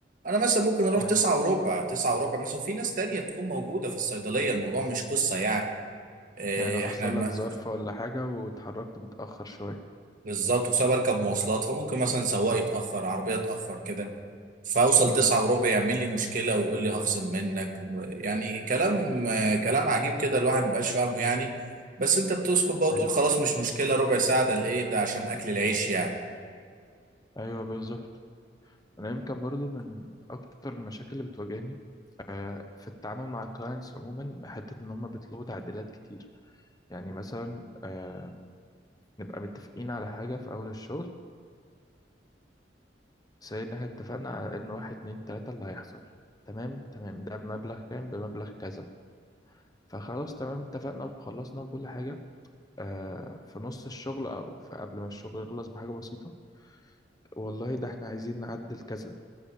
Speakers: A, on the right; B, on the left.
A: انا مثلا ممكن اروح
B: يعني
A: تسعة وربع تسعة وربع مثلا وفي ناس تانية بتكون موجودة في الصيدلية الموضوع مش قصة يعني إيه
B: يعني لو حصل
A: احنا ما
B: لك ظرف ولا حاجة واتحركت متأخر شوية
A: بالظبط وخصوصا بركب مواصلات فممكن مثلا سواق يتأخر عربية تأخر كده فاوصل
B: امم
A: تسعة وربع يعمل لي مشكلة ويقول لي هخصم منك و- يعني كلام آه، كلام عجيب كده الواحد مبقاش فاهمه يعني بس انت بتسكت بقى وتقول
B: يعني
A: خلاص مش مشكلة ربع ساعة ده لإيه ده عشان أكل العيش يعني
B: أيوة بالظبط أنا يمكن برضو من أكتر المشاكل اللي بتواجهني آه، في التعامل مع الكلاينتس عموما حتة إن هم بيطلبوا تعديلات كتير يعني مثلا آه، نبقى متفقين على حاجة في أول الشغل سي إن إحنا اتفقنا على إن واحد اتنين تلاتة اللي هيحصل تمام تمام ده بمبلغ كام بمبلغ كذا فخلاص تمام اتفقنا وخلصنا وكل حاجة آه، في نص الشغل أو في قبل ما الشغل يخلص بحاجة بسيطة والله ده احنا عايزين نعدل كذا